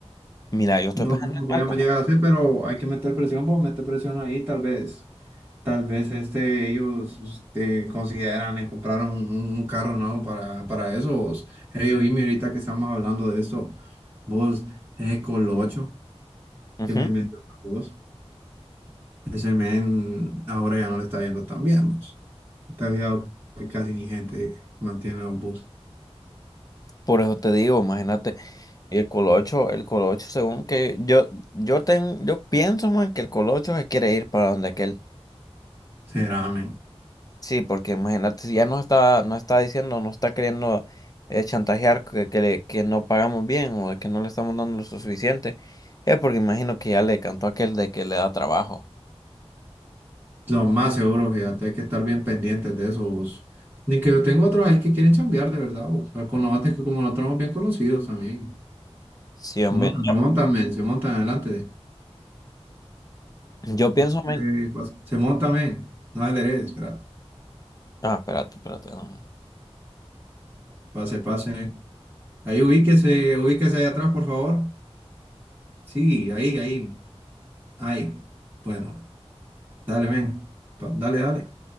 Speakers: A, on the left (about 35°); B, on the right (about 20°).
A: Mira, yo estoy
B: no
A: pensando
B: sé cómo
A: en
B: podríamos
A: algo, man.
B: llegar a hacer, pero hay que meter presión, pues meter presión ahí, tal vez, tal vez, este, ellos, este, consideran en comprar un, un- un carro nuevo para, para eso, vos, hey, oíme, ahorita que estamos hablando de esto, vos, ese Colocho,
A: Ujú.
B: que me mencionas vos, ese men, ahora ya no le está yendo tan bien, vos, te has fijado que casi ni gente mantiene los buses.
A: Por eso te digo, imagínate, el colocho, el colocho, según que yo, yo ten, yo pienso, man, que el colocho se quiere ir para donde aquel.
B: Será, men.
A: Sí, porque imagínate, si ya nos está, nos está diciendo, nos está queriendo eh, chantajear que, que, le- que no pagamos bien o que no le estamos dando lo suficiente, es porque imagino que ya le cantó aquel de que le da trabajo.
B: Lo más seguro, fíjate, hay que estar bien pendientes de eso, vos. Ni que yo tengo otros ahí que quieren chambear, de verdad, vos. O sea, Con los que como nosotros somos bien conocidos también.
A: Sí, hombre.
B: se Montan, se montan, men, se montan adelante.
A: no, Yo pienso,
B: Pase,
A: men-
B: pase. Se montan, men. No adereces, espera.
A: Ah, espérate, espérate. no, no.
B: Pase, pase. Ahí ubíquese, ubíquese ahí atrás, por favor. Sí, ahí, ahí. Ahí. Bueno, dale, men. Pa- Dale, dale.